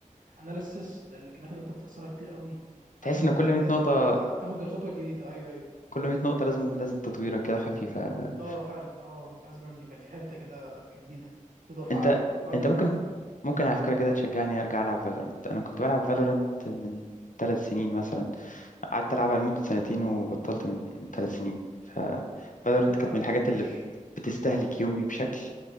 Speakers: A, on the right; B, on the left.
A: اناليسيس للجيمات اللي انت بتخسرها كتير قوي
B: تحس
A: عشان
B: ان كل
A: لا
B: 100
A: آه،
B: نقطه
A: اللي هو تاخد الخطوه الجديده ايوه ايوه
B: كل 100 نقطه لازم لازم تطويره كده خفيفه
A: اه فعلا اه لازم ان يبقى في حته كده جديده تضاف
B: انت
A: عليه اه ده
B: انت
A: فعلا
B: ممكن ممكن على فكرة كده تشجعني ارجع العب فالورنت انا كنت بلعب فالورنت من ثلاث سنين مثلا قعدت العبها لمدة سنتين وبطلت من من ثلاث سنين ف فالورنت
A: لا
B: كانت من الحاجات
A: انا مش
B: اللي بتستهلك يومي بشكل